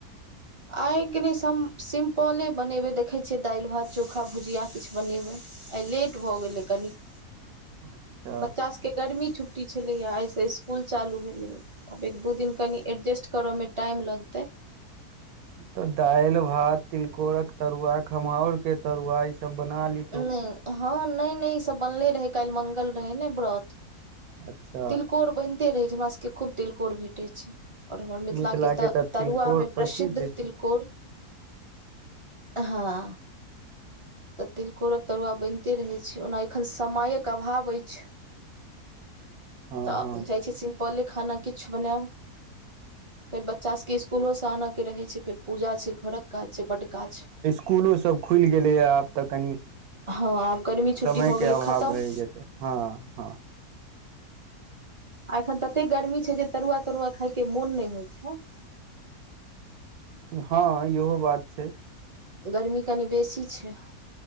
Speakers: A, on the right; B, on the right.
A: आइ क नहि सिम्पले बनेबै देखै छियै दालि भात चोखा भुजिया किछु बनेब आ लेट भऽ गेलै कनिक
B: अच्छा
A: बच्चा सबक गर्मी छुट्टी छलैया एहिसँ स्कुल चालू भेलै आब एक दू दि कनि एडजस्ट करऽ मे टाइम लगत
B: तऽ दालि भात तिलकोर के तरुआ खमहाउर के तरुआ ई सब बना ल
A: नहि हँ नहि नहि ई सब बनले रहै काल्हि मंगल रहै ने व्र
B: अच्छा
A: तिलकोर बनिते रहैत छै हमरा सभके खूब तिलकोर भेटैत छ ओर हमर मिथिलाके
B: मिथिला
A: तऽ
B: के तिलकोर
A: तरुआमे प्रसिद्ध
B: छै
A: तिलको ह तऽ तिलकोरक तरुआ बनते रहैत छै ओना एखन समयक अभाव अछ
B: हँ
A: तऽ
B: हँ
A: जाइ छै सि पहिले खाना किछु बनायब फेर बच्चा सबके इसकुलोसँ आनऽके रहै छै फे पूजा छै घरक काज छै बड का
B: इसकुलो सब खुल गेलैए आब तऽ कन
A: हँ आब गर्मी छुट्टी
B: समय
A: भऽ
B: के
A: गेलै
B: अभाव
A: खतम
B: भए जेतै हँ ह
A: आ एखन तते गर्मी छै जे तरुआ तरुआ खायके मोन नहि होइ छ
B: हँ इहो बात छ
A: गरमी कनि बेसी छ